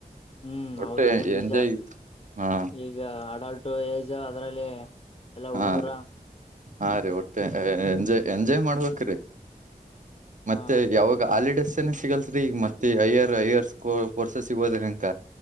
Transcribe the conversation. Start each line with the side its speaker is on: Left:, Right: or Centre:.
Left: ಹ್ಮ್
Right: ಒಟ್ಟೆ
Left: ಹೌದ್ ಅದೇನ್ ನಿಜ
Right: ಎಂಜಾಯ್ ಹಾ
Left: ಈಗ ಅಡಲ್ಟ್ ಏಜ್ ಅದ್ರಲ್ಲಿ ಎಲ್ಲಾ ಹುಡುಗರ
Right: ಹಾ ರೀ ಹಾ ರೀ ಒಟ್ಟೆ ಎಂಜಾಯ್ ಎಂಜಾಯ್ ಮಾಡ್ಬೇಕಕ್ ಮತ್ತೆ
Left: ಹಾ
Right: ಯಾವಾಗ ಆಲ್ಡೆ ಸಿಗಲ್ತ ಈಗ ಮತ್ತೆ ಐಯರ್ ಐಯರ್ಸ್ ಕೋರ್ಸ ಸಿಗೋದ ಅನಕ